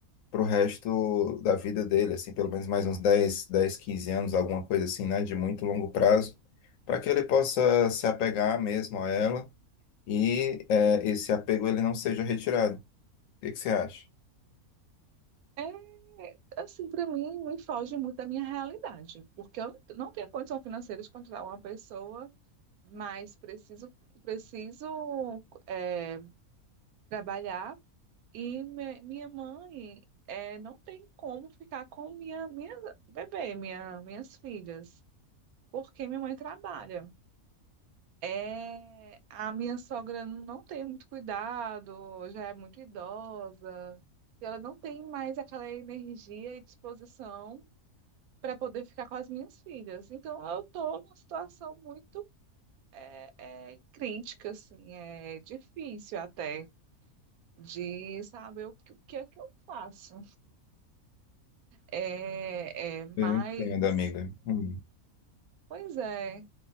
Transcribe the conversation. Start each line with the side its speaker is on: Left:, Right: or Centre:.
Left: pro resto da vida dele, assim, pelo menos mais uns dez, 10, 15 anos, alguma coisa assim, né? De muito longo prazo, para que ele possa se apegar mesmo a ela e, eh, esse apego ele não seja retirado. O que que você acha?
Right: é, Assim, para mim, me foge muito da minha realidade, porque eu não tenho condição financeira de contratar uma pessoa, mas preciso, preciso é, trabalhar e me- minha mãe é, não tem como ficar com minha, minha bebê, minha, minhas filhas, porque minha mãe trabalha. É, a minha sogra não tem muito cuidado, já é muito idosa, e ela não tem mais aquela energia e disposição para poder ficar com as minhas filhas. Então, eu estou numa situação muito é, crítica, assim, é difícil até de saber o que, o que é que eu faço. É, é, mas,
Left: Eu entendo, amiga. Hum,
Right: pois é,